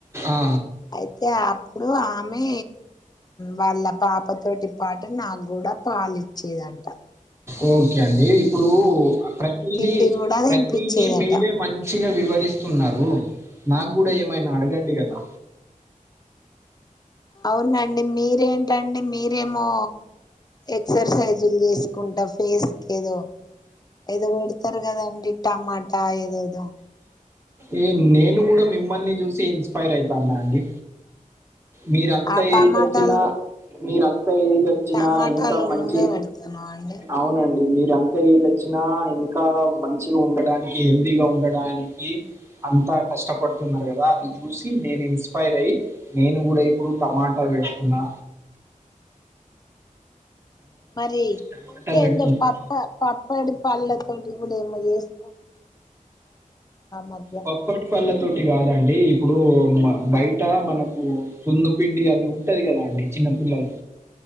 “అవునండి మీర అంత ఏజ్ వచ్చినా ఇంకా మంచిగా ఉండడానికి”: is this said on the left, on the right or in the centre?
Right